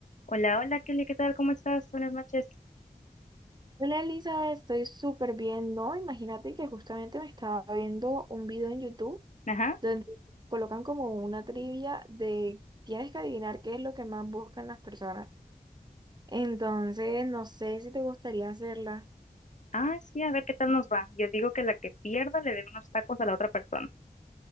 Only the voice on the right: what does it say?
Hola Elizabeth, estoy súper bien, ¿no? Imagínate que justamente me estaba viendo un video en YouTube
donde colocan como una trivia de tienes que adivinar qué es lo que más buscan las personas. Entonces, no sé si te gustaría hacerla